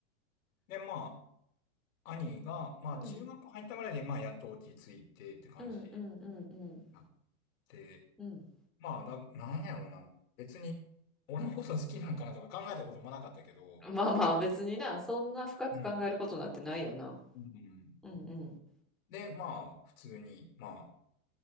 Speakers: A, on the left; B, in the centre.
A: で、まあ、兄が、まあ、
B: うん
A: 中学校入ったぐらいで、まあ、やっと落ち着いてって感じに
B: うんうんうんうん。
A: なって、
B: うん
A: まあ、な、なんやろうな。別に、俺のこと好きなんかなとか考えたこともなかったけど、
B: まあまあ別にな、そんな深く考えることなんてないよな。
A: うん。うん。
B: うんうん。
A: で、まあ、普通に、まあ、